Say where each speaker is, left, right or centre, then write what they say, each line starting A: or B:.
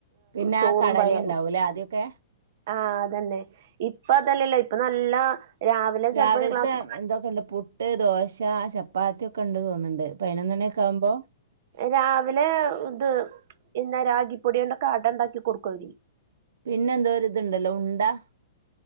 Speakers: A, on the right; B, on the right.
A: പിന്നെ
B: ചോറും
A: ആ കടലയിണ്ടാവൂലേ
B: പയറും.
A: ആദ്യൊക്കെ
B: ആഹ അതന്നെ ഇപ്പ അതല്ലല്ലോ ഇപ്പ നല്ല രാവിലെ
A: രാവില്ത്തെ
B: ചെലപ്പോ ഒരു ഗ്ലാസ്
A: ന്തൊക്കെണ്ട്? പു പുട്ട്, ദോശ, ചപ്പാത്തി ഒക്കെ ഉണ്ട് തോന്ന്ണ്ട് പയിനെന്ന് മണി ഒക്കെ ആകുമ്പോ.
B: രാവിലെ ഇത് എന്നന്നാ രാഗിപ്പൊടിയണ്ടൊക്കെ അട ഉണ്ടാക്കി കൊടുക്കൂ.
A: പിന്നെ എന്തോഒര് ഇതുണ്ടല്ലോ ഉണ്ട-